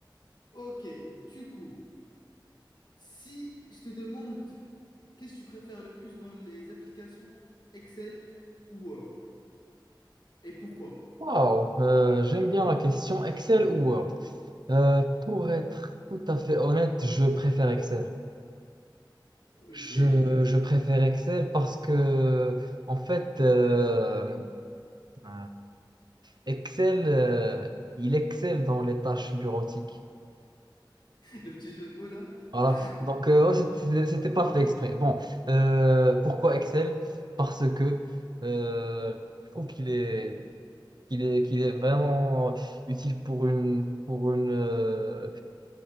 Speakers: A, on the left (about 60°); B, on the right (about 60°).
A: Ok, du coup, si je te demande qu'est-ce que tu préfères le plus dans les applications Excel ou Word et pourquoi?
B: Waouh, euh, j'aime bien la question Excel ou Word. Euh, pour être tout à fait honnête, je préfère Excel.
A: Ok.
B: Je, je préfère Excel parce que, en fait, euh, euh, Excel, euh, il excelle dans les tâches bureautiques.
A: le petit jeu de mots là, <laughs>
B: Voilà.
A: ça,
B: Donc, euh, ouais, c'était c'était- pas fait exprès. Bon, euh, pourquoi Excel? Parce que euh, je trouve qu'il est, qu'il est, qu'il est vraiment utile pour une, pour une, euh,